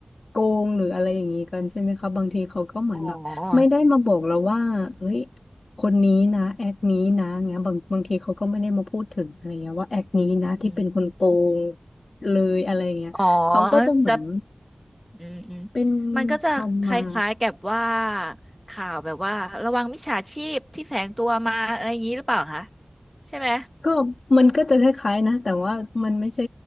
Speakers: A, on the left (about 80°); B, in the centre.
A: โกงหรืออะไรอย่างนี้กันใช่ไหมคะบางทีเขาก็เหมือนแบบไม่ได้มาบอกเราว่าเฮ้ย
B: อ๋อ
A: คนนี้นะแอคนี้นะเงี้ยบางบางทีเขาก็ไม่ได้มาพูดถึงอะไรเงี้ยว่าแอคนี้นะที่เป็นคนโกง
B: อืม
A: เลยอะไรเงี้ยเขาก็จะเหมือน
B: อ๋อจะอืมอืม
A: เป็น
B: มันก็จะคล้ายๆกับว่า
A: คำมา
B: ข่าวแบบว่าระวังมิจฉาชีพที่แฝงตัวมาอะไรอย่างนี้หรือเปล่าคะใช่ไหม
A: ก็มันก็จะคล้ายๆนะแต่ว่ามันไม่ใช่